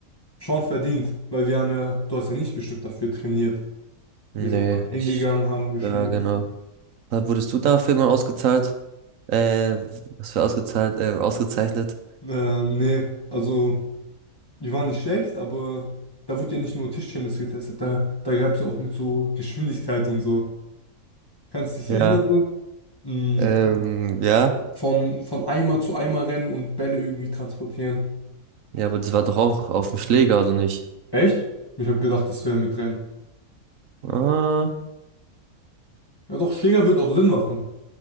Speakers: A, on the left; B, on the right.
A: schon verdient, weil wir haben ja, du hast ja nicht bestimmt dafür trainiert.
B: Nee,
A: Wir sind einfach hingegangen,
B: ich,
A: haben gespielt.
B: ja, genau. Äh, Wurdest du dafür mal ausgezahlt? Äh, was für ausgezahlt, äh, ausgezeichnet?
A: Ähm, nee, also. Die waren nicht schlecht, aber da wurde ja nicht nur Tischtennis getestet, da, da gab es ja auch mit so Geschwindigkeit und so. Kannst du dich
B: Ja.
A: erinnern, so? Mm,
B: Ähm, ja.
A: Von, von Eimer zu Eimer rennen und Bälle irgendwie transportieren.
B: Ja, aber das war doch auch auf dem Schläger, oder nicht?
A: Echt? Ich habe gedacht, das wäre mit Rennen.
B: Ah,
A: Ja, doch, Schläger wird auch Sinn machen.